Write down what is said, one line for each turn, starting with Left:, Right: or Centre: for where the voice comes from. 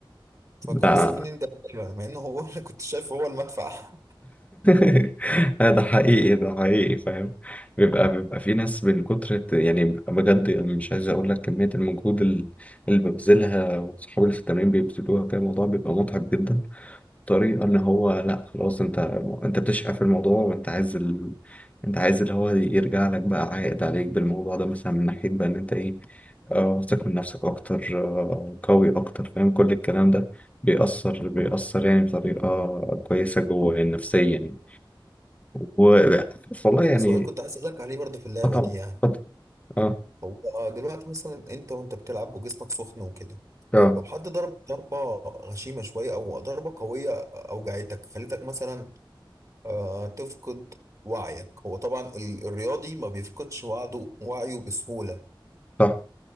Right: فكان
Left: لا
Right: مسميني ده مع ان هو <laughs> انا كنت شايف هو المدفع
Left: <laughs> ده حقيقي ده حقيقي فاهم بيبقى بيبقى في ناس من كتر يعني بجد مش عايز اقول لك كمية المجهود ال- اللي ببذلها وصحابي اللي في التمرين بيبذلوها كان الموضوع بيبقى متعب جدا طريقة ان هو لا خلاص انت انت بتشقى في الموضوع وانت عايز ال... انت عايز اللي هو يرجع لك بقى عائد عليك بالموضوع ده مثلا من ناحية بقى ان انت ايه آه، واثق من نفسك اكتر آه، قوي اكتر فاهم كل الكلام ده بيأثر بيأثر يعني بطريقة كويسة جوه يعني نفسيا يعني. و والله يعني
Right: في سؤال كنت عايز اسالك عليه برضه في اللعبه
Left: اه طبعا
Right: دي يعني
Left: اتفضل اه
Right: هو دلوقتي مثلا انت وانت بتلعب وجسمك سخن وكده
Left: اه
Right: لو حد ضربك ضربه غشيمه شويه او ضربه قويه اوجعتك خليتك مثلا آه تفقد وعيك هو طبعا ال- الرياضي ما بيفقدش وعده وعيه بسهوله
Left: صح